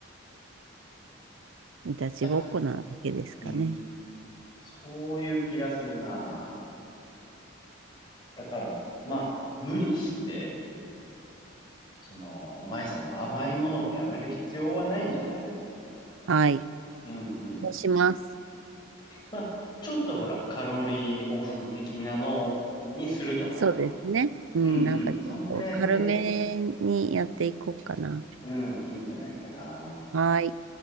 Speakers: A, on the right (about 80°); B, on the left (about 20°).
A: いたちごっこなわけですかね。
B: なうん、そういう気がするな。だから、まあ、無理して、その、舞さんも甘いものをやめる必要はないんじゃない
A: はい。
B: うんうん
A: そうします。
B: まあ、ちょっとほら、カロリーオフ的なのにするとか。
A: そうですね。うん、
B: うんうん。
A: なんかちょっと軽めにやっていこうかな。
B: そんぐらいで、うん、いいんじゃないかな。
A: はい。